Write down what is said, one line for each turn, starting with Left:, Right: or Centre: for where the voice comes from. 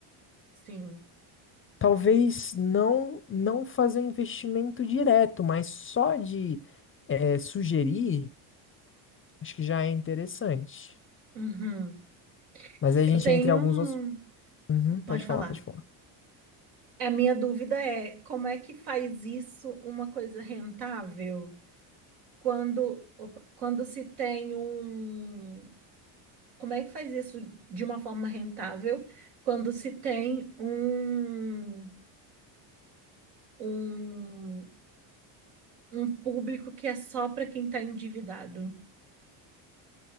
Right: sim.
Left: Talvez não não fazer um investimento direto, mas só de eh, sugerir, acho que já é interessante.
Right: Uhum.
Left: Mas aí
Right: Eu
Left: a gente
Right: tenho.
Left: entra em alguns
Right: um-
Left: outros. Uhum, pode
Right: Pode falar.
Left: falar, pode falar.
Right: A minha dúvida é como é que faz isso uma coisa rentável quando, opa, quando se tem um. Como é que faz isso de uma forma rentável quando se tem um um, um público que é só para quem tá endividado.